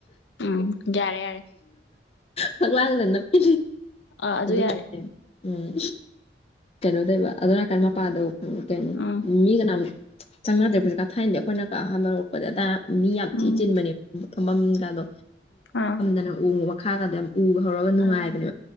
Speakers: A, on the left; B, on the left.
A: ꯎꯝ ꯌꯥꯔꯦ ꯌꯥꯔꯦ
B: ꯐꯛꯂꯥꯡꯗ ꯅꯞꯄꯤ
A: ꯑꯥ ꯑꯗꯨ
B: ꯑꯗꯨꯒꯅꯦ
A: ꯌꯥꯔꯦ
B: ꯎꯝ ꯀꯩꯅꯣꯗꯕ ꯑꯗꯨꯗꯣ ꯅꯥꯀꯟ ꯃꯄꯥꯥꯟꯗ ꯎ ꯀꯅꯤ
A: ꯎꯝ
B: ꯃꯤ ꯀꯅꯥꯝ ꯆꯪꯅꯗ꯭ꯔꯦꯁꯨ ꯀꯊꯥꯏꯅꯗꯤ ꯑꯩꯈꯣꯏꯅ ꯀꯥ ꯍꯥꯔꯛꯄꯗ ꯑꯗꯥꯏ ꯃꯤ ꯌꯥꯝ
A: ꯎꯝ
B: ꯊꯤ ꯆꯤꯟꯕꯅꯦ ꯊꯃꯕꯥꯝ ꯒꯥꯏꯗꯣ
A: ꯑꯥ
B: ꯑꯗꯨ ꯎꯨ ꯃꯈꯥꯒꯗꯤ ꯎ ꯍꯧꯔꯒ ꯅꯨꯡꯉꯥꯏꯕꯅꯦꯕ
A: ꯑꯥ